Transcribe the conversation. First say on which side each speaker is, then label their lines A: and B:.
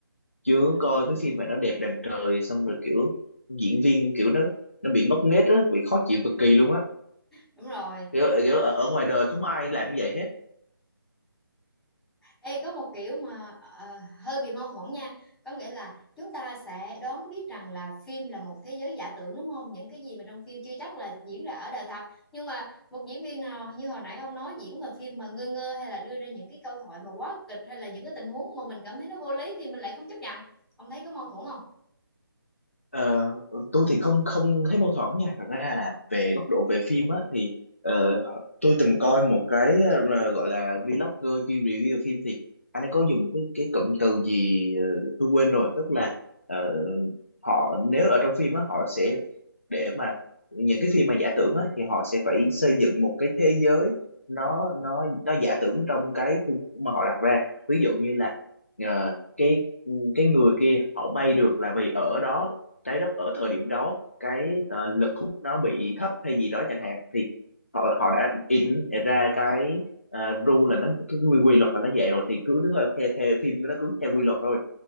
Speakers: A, on the left; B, in the centre.
A: chứ
B: đúng rồi
A: coi cái
B: ừ.
A: phim mà nó đẹp đàn trời xong rồi kiểu diễn viên kiểu nó nó bị ngốc nghếch á bị khó chịu cực kỳ luôn á
B: đúng rồi
A: kiểu, kiểu ở, ở ngoài đời không có ai làm như vậy hết
B: Ê, có một kiểu mà ờ, hơi bị mâu thuẫn nha có nghĩa là chúng ta sẽ đoán biết rằng là phim là một thế giới giả tưởng đúng không những cái gì mà trong phim chưa chắc là diễn ra ở đời thật nhưng mà một diễn viên nào như hồi nãy ông nói diễn mà phim mà ngơ ngơ hay là đưa ra những cái câu thoại mà quá kịch hay là những cái tình huống mà mình cảm thấy nó vô lý thì mình lại không chấp nhận ông thấy có mâu thuẫn không
A: Ờ, tôi thì không không thấy mâu thuẫn nha thật ra là về góc độ về phim á thì ờ, tôi từng coi một cái ờ, gọi là vlogger chuyên review phim thì anh ấy có dùng cái cái cụm từ gì ờ, tôi quên rồi tức là ờ, họ nếu ở trong phim á họ sẽ để mà những cái phim mà giả tưởng á thì họ sẽ phải xây dựng một cái thế giới nó nó nó giả tưởng trong cái khuôn khổ mà họ đặt ra ví dụ như là ờ, cái cái người kia họ bay được là vì ở đó trái đất ở thời điểm đó cái ờ, lực hút nó bị thấp hay gì đó chẳng hạn thì họ họ đã in ra cái ờ, rule là nó cái quy, quy luật là nó vậy rồi thì cứ theo, theo, theo phim nó cứ theo quy luật thôi